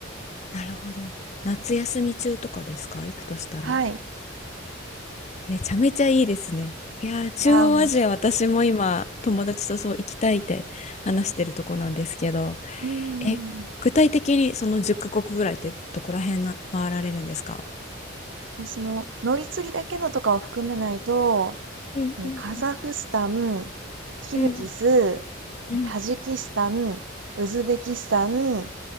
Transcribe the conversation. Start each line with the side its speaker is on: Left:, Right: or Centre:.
Left: なるほど。夏休み中とかですか行くとしたら。
Right: はい。い
Left: めちゃめちゃいいですね。いやー、中央アジア私も今友達とそう行きたいって話してるとこなんですけど。
Right: やーもう、はい。うんうんうん。
Left: え、具体的にその10カ国ぐらいってどこら辺な回られるんですか
Right: 私の乗り継ぎだけのとかを含めないと、
Left: うんうん
Right: もうカザフスタン、キルギス、
Left: うんうんうん
Right: タジキスタン、ウズベキスタン、